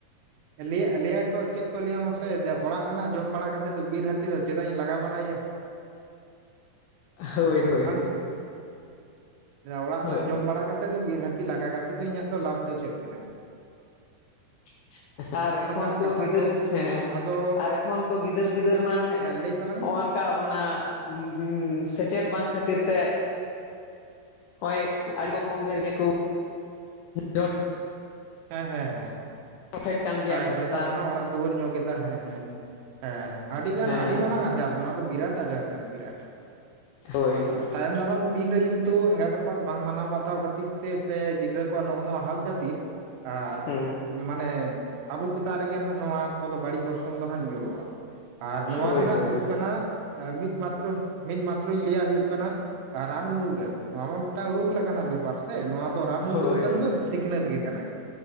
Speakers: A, on the right; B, on the left.
A: ᱟᱞᱮᱭᱟᱜ ᱟᱞᱮᱭᱟᱜ ᱠᱚ ᱪᱮᱫ ᱠᱚ ᱞᱟᱹᱭᱟ ᱢᱟᱥᱮ᱾ ᱚᱲᱟᱜ ᱨᱮᱱᱟᱜ ᱡᱚᱢ ᱵᱟᱲᱟ ᱠᱟᱛᱮᱫ ᱫᱚ ᱵᱤᱨ ᱦᱟᱹᱛᱤ ᱫᱚ ᱪᱮᱫᱟᱜ ᱤᱧ ᱞᱟᱜᱟ ᱵᱟᱲᱟᱭᱮᱟ᱾
B: ᱦᱳᱭ ᱦᱳᱭ
A: ᱵᱟᱝ
B: ᱦᱳᱭ
A: ᱥᱮ᱾ ᱚᱲᱟᱜ ᱨᱮᱱᱟᱜ
B: ᱦᱳᱭ
A: ᱡᱚᱢ ᱵᱟᱲᱟ ᱠᱟᱛᱮᱫ ᱫᱚ ᱵᱤᱨ ᱦᱟᱹᱛᱤ ᱞᱟᱜᱟ ᱠᱟᱛᱮᱫ ᱫᱚ ᱤᱧᱟᱹᱜ ᱫᱚ ᱞᱟᱵᱽ ᱫᱚ ᱪᱮᱫ ᱠᱟᱱᱟ?
B: <unintelligible> ᱟᱨ
A: ᱱᱚᱜᱼᱚ
B: ᱮᱠᱷᱚᱱ
A: ᱱᱚᱝᱠᱟᱱᱟᱜ
B: ᱠᱚ
A: ᱠᱟᱛᱷᱟ
B: ᱜᱤᱫᱟᱹᱨ ᱦᱮᱸ,
A: ᱟᱫᱚ
B: ᱟᱨ ᱮᱠᱷᱚᱱ ᱠᱚ ᱜᱤᱫᱟᱹᱨ ᱯᱤᱫᱟᱹᱨ ᱢᱟ <unintelligible>
A: ᱦᱮᱸ ᱞᱟᱹᱭ ᱛᱟᱞᱟᱝ ᱢᱮ
B: ᱚᱱᱠᱟ ᱚᱱᱟ ᱩᱸᱻᱦᱩᱸ ᱥᱮᱪᱮᱫ ᱵᱟᱝ ᱠᱷᱟᱹᱛᱤᱨ ᱛᱮ᱾ ᱦᱳᱭ ᱟᱹᱰᱤ ᱠᱚᱢ ᱩᱢᱮᱨ ᱜᱮᱠᱚ ᱡᱚᱴ
A: ᱦᱮᱸ ᱦᱮᱸ ᱦᱮᱸ᱾
B: ᱯᱷᱮᱰ ᱠᱟᱱ ᱜᱮᱭᱟ
A: ᱮ
B: ᱟᱵᱚ
A: ᱡᱚᱴᱟᱜ
B: ᱪᱮᱛᱟᱱ
A: ᱠᱟᱱᱟ
B: ᱨᱮ
A: ᱚᱲᱟᱜ ᱫᱩᱣᱟᱹᱨ ᱧᱚᱜ ᱠᱮᱫᱟ ᱦᱮᱸ ᱦᱮᱸ ᱦᱮᱸ᱾ ᱦᱮᱸ᱾ ᱟᱹᱰᱤ ᱜᱟᱱ
B: ᱦᱮᱸ
A: ᱟᱹᱰᱤ ᱢᱟᱨᱟᱝ ᱟᱡᱟᱨ ᱱᱚᱣᱟ ᱫᱚ ᱵᱤᱨᱟᱴ ᱟᱡᱟᱨ ᱵᱤᱨᱟᱴ᱾
B: ᱦᱳᱭ᱾
A: ᱟᱨ ᱛᱟᱭᱚᱢ ᱫᱟᱨᱟᱢ ᱫᱤᱱ ᱨᱮ ᱠᱤᱱᱛᱩ ᱮᱸᱜᱟᱛ ᱟᱯᱟᱛ ᱵᱟᱝ ᱢᱟᱱᱟᱣ ᱵᱟᱛᱟᱣ ᱠᱷᱟᱹᱛᱤᱨ ᱛᱮ ᱥᱮ ᱜᱤᱫᱽᱨᱟᱹ ᱠᱚᱣᱟᱜ ᱱᱚᱜ-ᱚ ᱱᱚᱣᱟ ᱦᱟᱞ ᱠᱷᱟᱹᱛᱤᱨ ᱟᱨ
B: ᱦᱩᱸ
A: ᱢᱟᱱᱮ ᱟᱵᱚ ᱪᱮᱛᱟᱱ ᱨᱮᱜᱮ ᱱᱷᱟᱜ ᱱᱚᱣᱟ ᱠᱚᱫᱚ ᱵᱟᱹᱲᱤᱡ ᱚᱨᱥᱚᱝ ᱫᱚ ᱱᱷᱟᱜ ᱧᱩᱨᱩᱜ-ᱟ᱾ ᱟᱨ ᱱᱚᱣᱟ
B: ᱦᱳᱭ
A: ᱨᱮᱱᱟᱜ
B: ᱦᱳᱭ
A: ᱦᱩᱭᱩᱜ
B: ᱦᱳᱭ
A: ᱠᱟᱱᱟ, ᱢᱤᱫ ᱢᱟᱛᱨᱚ ᱢᱤᱫ ᱢᱟᱛᱨᱚᱧ ᱞᱟᱹᱭᱟ, ᱦᱩᱭᱩᱜ ᱠᱟᱱᱟ ᱨᱟᱱ ᱢᱩᱨᱜᱟᱹᱱ ᱱᱚᱣᱟ ᱢᱟ ᱢᱤᱫᱴᱟᱝ ᱨᱚᱜᱽ ᱞᱮᱠᱟᱱᱟᱜ ᱵᱮᱯᱟᱨ ᱥᱮ? ᱱᱚᱣᱟ ᱛᱚ ᱨᱟᱱ ᱢᱩᱜᱩᱨᱜᱟᱹᱱ
B: ᱦᱳᱭ
A: ᱫᱚ ᱥᱤᱠᱷᱱᱟᱹᱛ ᱜᱮ ᱠᱟᱱᱟ᱾